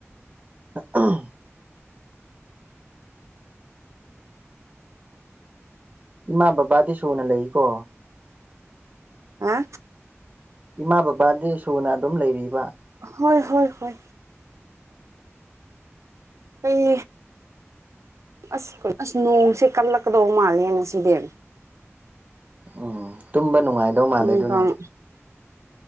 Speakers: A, on the right (about 30°); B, on the right (about 80°).
A: ꯎꯝ ꯏꯃꯥ ꯕꯥꯕꯥꯗꯤ ꯁꯨꯅ ꯂꯩꯔꯤꯀꯣ
B: ꯍꯥ
A: ꯏꯃꯥ ꯕꯕꯥꯗꯤ ꯁꯨꯅ ꯑꯗꯨꯝ ꯂꯩꯔꯤꯕ
B: ꯍꯣꯏ ꯍꯣꯏ ꯍꯣꯏ ꯀꯩ ꯑꯁ ꯀꯩꯅꯣ ꯑꯁ ꯅꯣꯡꯁꯦ ꯀꯜꯂꯛꯀꯗꯧꯕ ꯃꯥꯜꯂꯦ ꯉꯁꯤꯗꯤ
A: ꯎꯝ ꯇꯨꯝꯕ ꯅꯨꯡꯉꯥꯏꯗꯧ ꯃꯥꯜꯂꯦ
B: ꯅꯨꯡꯗꯥꯡ
A: ꯑꯗꯨꯅ